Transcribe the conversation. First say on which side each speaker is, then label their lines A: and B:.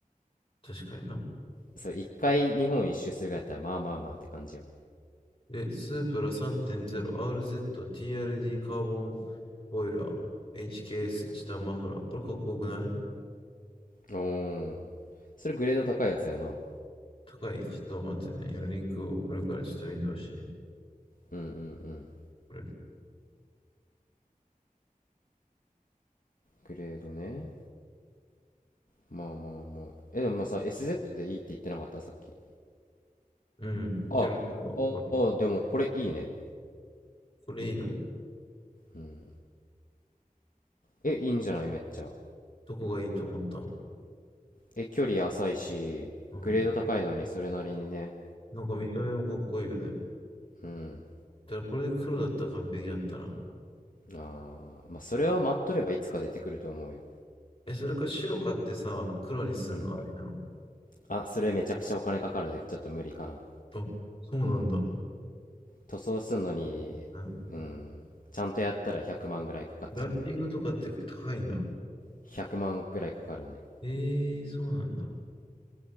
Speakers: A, on the left; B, on the left.
A: 確かにな。
B: そう1回日本一周するぐらいやったらまあまあまあって感じよ
A: え、スープラ 3.0RZTRD カーボンボイラー HKS チケーエスチタンマフラー。これかっこよくない
B: おーそれグレード高いやつやなうん
A: 高いちょっと待ってね。今リンク送るからちょっと見てほしい。
B: うんうん
A: これ。
B: グレードね。まあまあまあ。え、でもまあさ、SZ でいいって言ってなかったさっき。
A: うん。
B: あ、
A: ちょっとなんかこれ、
B: ああ、でもこれいいね。
A: これいいの
B: うん。え、いいんじゃないめっちゃ。
A: どこがいいと思った
B: え、距離浅いし、
A: うん。
B: グレード高いのにそれなりにね。
A: なんか見た目もかっこいいよね。
B: うん。
A: だからこれで黒だったら完璧だったな。
B: ああ、まあそれは待っとればいつか出てくると思うよ。
A: え、それか白買ってさ、黒にすんのありなの
B: うん。あ、それめちゃくちゃお金かかるで、ちょっと無理かな。
A: あ、そうなんだ。
B: 塗装すんのに、
A: うん。
B: うん。ちゃんとやったら100万ぐらいかかっちゃうね。
A: ラッピングとかって高いんだ。
B: 100万ぐらいかかるね。
A: えー、そうなんだ。